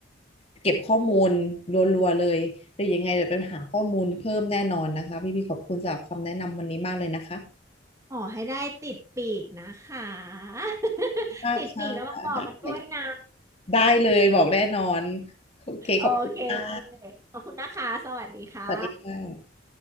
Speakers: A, on the left; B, on the right.
A: เก็บข้อมูลรัวๆเลยเดี๋ยวยังไงเดี๋ยวไปหาข้อมูลเพิ่มแน่นอนนะคะพี่พี่ขอบคุณสำหรับคำแนะนำวันนี้มากเลยนะคะ
B: ขอให้ได้ติดปีกนะคะ <laughs>
A: มากค่ะได้
B: ติดปีกแล้วมาบอกกันด้วยนะ
A: ได้เลยบอกแน่นอนโอเคขอบคุณค่ะ
B: โอเคขอบคุณนะคะสวัสดีค่ะ
A: สวัสดีค่ะ